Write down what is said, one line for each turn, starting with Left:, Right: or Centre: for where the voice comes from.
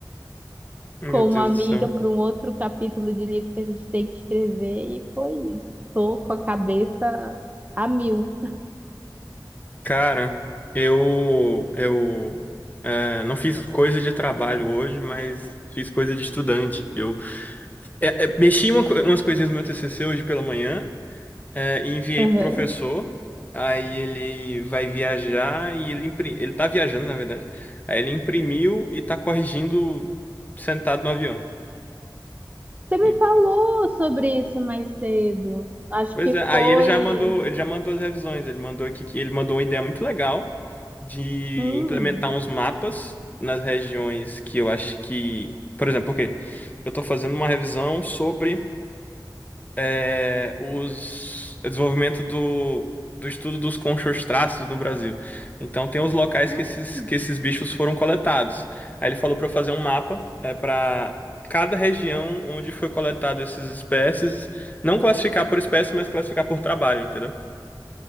Left: Meu
Right: com
Left: Deus
Right: uma amiga
Left: do céu.
Right: para um outro capítulo de livro que a gente tem que escrever e foi isso. Tô com a cabeça a mil.
Left: Cara, eu... Eu... é, não fiz coisa de trabalho hoje, mas fiz coisa de estudante. Eu é, é, mexi uma co- umas coisinhas no meu TCC hoje pela manhã é, e enviei
Right: Aham.
Left: pro professor. Aí ele vai viajar e ele... Impri... Ele tá viajando, na verdade. Aí ele imprimiu e tá corrigindo sentado no avião.
Right: Você me
Left: Então,
Right: falou sobre isso mais cedo. Acho
Left: Pois
Right: que
Left: é, aí
Right: foi
Left: ele já mandou, ele já mandou as revisões, ele mandou aqui que ele mandou uma ideia muito legal de
Right: Hum,
Left: implementar uns mapas nas regiões que eu acho que, por exemplo, porque eu estou fazendo uma revisão sobre é, os o desenvolvimento do, do estudo dos conchostráceos no Brasil. Então tem os locais
Right: hum,
Left: que esses, que esses bichos foram coletados. Aí ele falou para eu fazer um mapa é, para cada região onde foi coletado esses espécies, não classificar por espécie, mas classificar por trabalho, entendeu?